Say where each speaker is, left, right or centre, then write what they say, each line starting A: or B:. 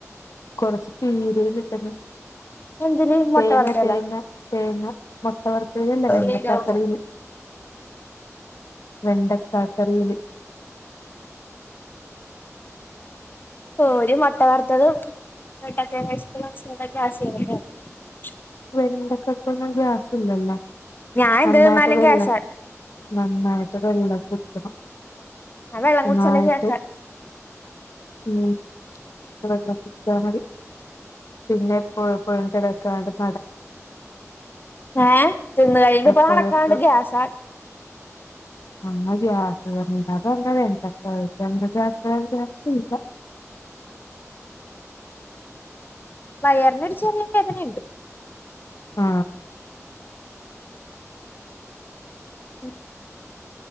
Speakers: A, on the left; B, on the left.
A: കൊറച്ച് പീരേം <unintelligible>
B: എന്തിന് മുട്ട
A: തേങ്ങ
B: വറുത്തതല്ല
A: തേങ്ങ തേങ്ങ മൊട്ടവറുത്തതിലല്ല വെണ്ടക്കക്കറിയില്.
B: വേണോ
A: വെണ്ടക്കാക്കറിയില്
B: ഓര് മുട്ട വറുത്തതും <unintelligible>
A: വെണ്ടക്കക്കൊന്നും ഗ്യാസില്ലല്ലോ.
B: ഞാൻ
A: നന്നായിട്ട്
B: എന്ത് തിന്നാലും
A: വെള്ളം
B: ഗ്യാസാ
A: നന്നായിട്ട് വെളളം കുടിക്കണം.
B: ഞാൻ വെള്ളം
A: നന്നായിട്ട്
B: കുടിച്ചാലും ഗ്യാസാ.
A: ഉം വെള്ളം കുടിച്ചാ മതി. പിന്നെ പുഴ <unintelligible>
B: ഏ ചെന്ന് കഴിയുമ്പോ
A: എപ്പോഴെപ്പോ
B: ഇപ്പ നടക്കാണ്ട് ഗ്യാസാണ്.
A: നമ്മ <unintelligible>
B: വയറിനൊര് ചെറിയ വേദനയുണ്ട്.
A: ആ
B: <inaudible>